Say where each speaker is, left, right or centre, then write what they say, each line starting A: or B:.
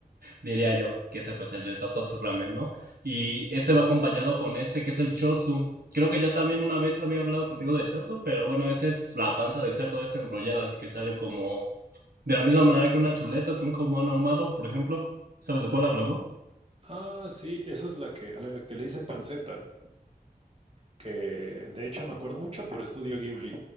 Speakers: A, on the right (about 70°); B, on the right (about 35°).
A: diría yo, que ese pues el del Tokotsu Ramen, ¿no? Y este va acompañado con este que es el Chosu. Creo que ya también una vez había hablado contigo del Chosu, pero bueno, esa es la panza de cerdo esta enrollada que sale como de la misma manera que una chuleta, que un jamón ahumado, por ejemplo. ¿Sabes de cuál hablo, no?
B: Ah, sí, esa es la que, a la que le dicen panceta, que de hecho me acuerdo mucho por Estudio Ghibli,